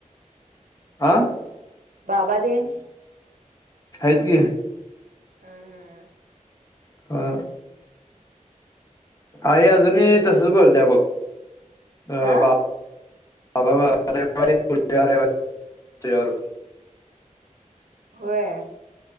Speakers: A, on the left; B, on the right.
A: आ
B: बाबा तेन
A: हायत की
B: ह, ह
A: हा आई अजून ही तसच बोलत्या बघ अ
B: हा.
A: बा <unintelligible> म्हणून तुझ्या बरोबर
B: होय